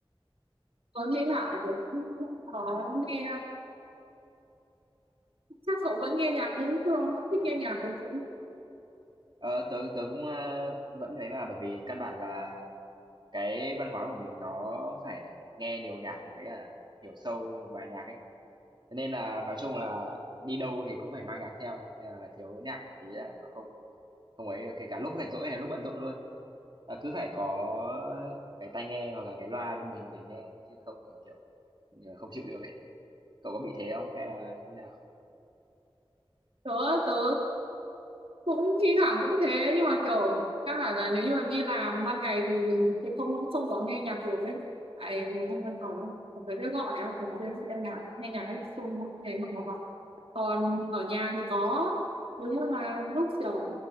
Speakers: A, on the right; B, on the right.
A: Tớ nghe lạ, tớ cũng không có nghe, chắc cậu vẫn nghe nhạc như thường, vẫn thích nghe nhạc. đúng không?
B: Ờ, tớ tớ cũng ờ, vẫn ấy mà bởi vì căn bản là cái văn hóa của mình nó phải nghe nhiều nhạc với cả hiểu sâu một bài nhạc ấy. Thế nên là nói chung là đi đâu thì cũng phải mang nhạc theo, hay là thiếu nhạc một tí là nó không không ấy được kể cả lúc rảnh rỗi hay lúc bận rộn luôn. Ờ, cứ phải có cái tai nghe hoặc là cái loa bên mình để nghe chứ không thì kiểu không chịu được ấy. Cậu có bị thế không? Hay là như nào?
A: tớ tớ cũng thi thoảng cũng thế nhưng mà kiểu căn bản là nếu như mà đi làm ban ngày thì thì không không có nghe nhạc được ấy tại ngồi trong văn phòng ấy phải thế gọi á thường xuyên đang nhạc nghe nhạc ấy xung thế mà gọi còn ở nhà thì có nếu như mà lúc kiểu